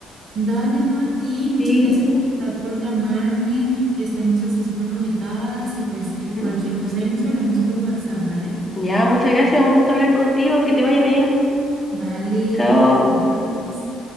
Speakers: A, on the right; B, on the left.
A: Dale, no a ti, muchas
B: Sí.
A: gracias de verdad, por llamarme. Estemos así súper conectadas y pues
B: ujú.
A: cualquier cosa ahí nos hablamos por WhatsApp, ¿vale?
B: Ya, muchas gracias, un gusto hablar contigo, que te vaya bien.
A: Vale,
B: Chao.
A: adiós.